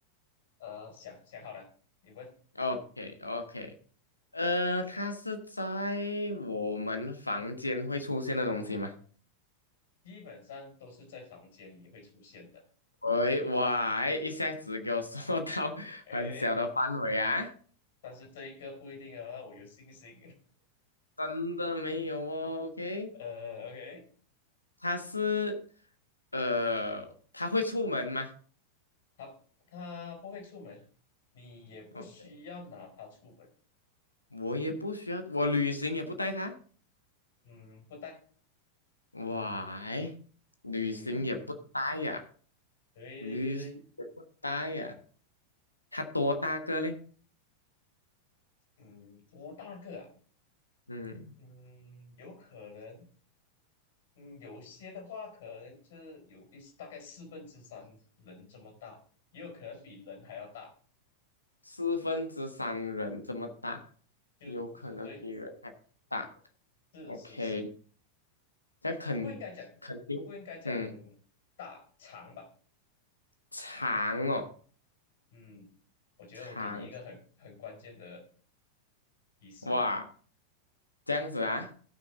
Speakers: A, on the left; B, on the left.
A: 呃，想想好了，你问，
B: OK，OK，呃，它是在我们房间会出现的东西吗？
A: 基本上都是在房间里会出现的。
B: 喂，哇，一下子给我 <laughs> 说到很小的范围啊，
A: 诶，但是这一个不一定哦，我有信心。
B: 真的没有哦，OK。
A: <laughs> 呃，OK。
B: 他是呃，他会出门吗
A: 它它不会出门，你也不需要拿它出门。
B: ？OK，我也不需要，我旅行也不带他。
A: 嗯，不带。
B: Why？旅行也不带呀、
A: 嗯，对对对对，
B: 旅行也不带呀、他多大个嘞？
A: 嗯，多大个啊？
B: 嗯，
A: 嗯，有可能，嗯，有些的话可能是有一大概四分之三人这么大，也有可能比人还要大。
B: 四分之三人这么大，
A: 就嗯，
B: 有可能比人还大。
A: 对，是是是，
B: OK，那肯肯定，
A: 不应该讲，不应该讲
B: 嗯，
A: 大长吧？
B: 长哦，
A: 嗯，我觉得我给你一个很很关键的
B: 长，
A: 提示啊，
B: 哇，这样子啊，